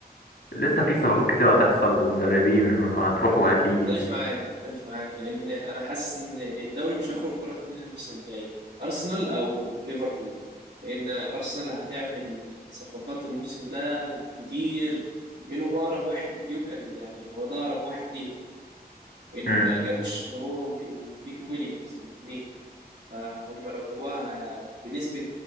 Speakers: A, on the left; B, on the right.
A: لسه في صفقات كتير هتحصل ومدربين هتروح وهتيجي
B: اختلف معاك اختلف معاك لأن انا حاسس ان الدوري مش هيخرج بره اتنين الموسم الجاي أرسنال او ليفربول لأن أرسنال هتعمل صفقات الموسم ده كتير منهم أقرب واحد جيوكاريز يعني هو ده أقرب واحد ليهم يعني. وان
A: امم
B: ما جابوش هو وج- ونيكون ويليامز الاثنين فهم لو جابوها بنسبه